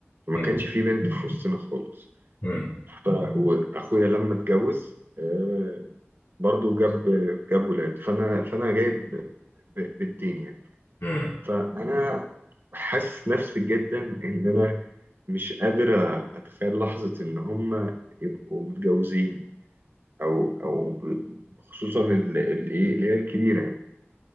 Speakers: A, on the right; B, on the left.
A: فما
B: مم.
A: كانش في بنت في وسطنا خالص
B: مم.
A: ف... واخويا لما اتجوز آه برضو جاب جاب ولاد فانا فانا جايب ب... بنتين يعني
B: مم.
A: فانا حاسس نفسي جدا ان انا مش قادر اتخيل لحظة ان هم يبقوا متجوزين او او ب... خصوصا ال- ال- ايه اللي هي الكبيرة يعني